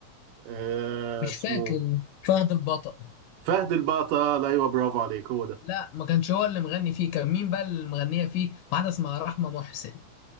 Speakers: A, on the right; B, on the left.
A: آه
B: مش
A: اسمه
B: فاكر فهد البطل
A: فهد البطل ايوه برافو عليك هو ده
B: لا ما كانش هو اللي مغني فيه كان مين بقى اللي مغنيه فيه واحده اسمها رحمه محسن